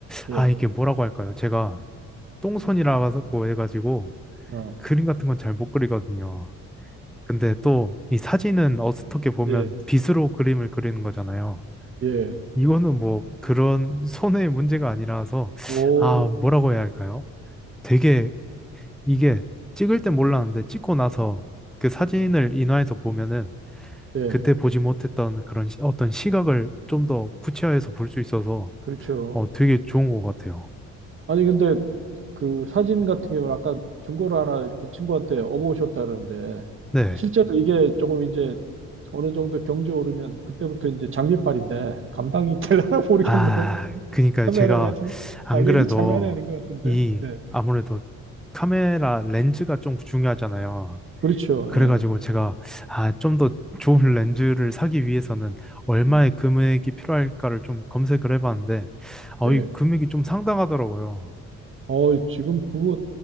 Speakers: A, on the right; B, in the centre.
A: 예,
B: 아, 이게 뭐라고 할까요? 제가 똥손이라고 해가지고
A: 어,
B: 그림 같은 건 잘 못 그리거든요. 근데 또 이 사진은 어떻게 보면
A: 예,
B: 빗으로 그림을 그리는 거잖아요.
A: 예,
B: 이거는 뭐 그런 손해의 문제가 아니라서
A: 오,
B: 아 뭐라고 해야 할까요? 되게 이게 찍을 땐 몰랐는데 찍고 나서 그 사진을
A: 음,
B: 인화해서 보면은
A: 예,
B: 그때 보지 못했던 그런 시- 어떤 시각을 좀 더 구체화해서 볼 수 있어서
A: 그렇죠.
B: 어 되게 좋은 것 같아요.
A: 아니, 근데 그 사진 같은 경우는 아까 중고로 하나 이렇게 친구한테 업어오셨다 그러는데,
B: 네.
A: 실제로 이게 조금 이제 어느 정도 경제 오르면 그때부터 이제 장비빨인데, 감당이 될려나 모르겠네요.
B: 아
A: <laughs>
B: 그러니까
A: 카메라가
B: 제가
A: 지금
B: 안
A: 가격이
B: 그래도
A: 장난이 아닌 것 같은데.
B: 이
A: 네.
B: 아무래도 카메라 렌즈가 좀 중요하잖아요.
A: 그렇죠.
B: 그래가지고
A: 예.
B: 제가 아, 좀 더 좋은 렌즈를 사기 위해서는 얼마의
A: 음.
B: 금액이 필요할까를 좀 검색을 해봤는데 어,
A: 네.
B: 이 금액이 좀 상당하더라고요.
A: 어, 지금 그거